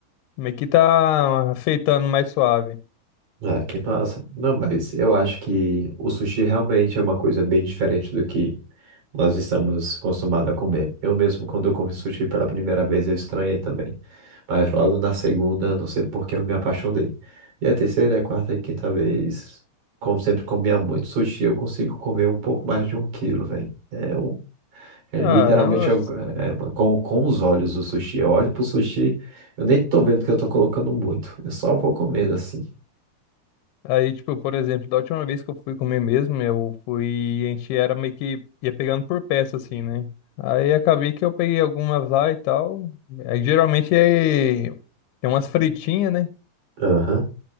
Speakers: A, on the left; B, on the right.
A: meio que tá feitando mais suave.
B: Ah, que massa. Não, mas eu acho que o sushi realmente é uma coisa bem diferente do que nós estamos acostumados a comer. Eu mesmo, quando eu comi sushi pela primeira vez, eu estranhei também. Mas logo na segunda, não sei por que eu me apaixonei. E a terceira, a quarta e quinta vez, como sempre comia muito sushi, eu consigo comer um pouco mais de um quilo, velho. É, um- é
A: Caramba.
B: literalmente eu- é, mano, com, com os olhos o sushi. Eu olho pro sushi, eu nem tô vendo que eu tô colocando muito. Eu só vou comendo assim.
A: Aí, tipo, por exemplo, da última vez que eu fui comer mesmo, eu fui, a gente era meio que ia pegando por peça, assim, né? Aí acabei que eu peguei algumas lá e tal. Aí geralmente é... tem umas fritinhas, né?
B: Aham,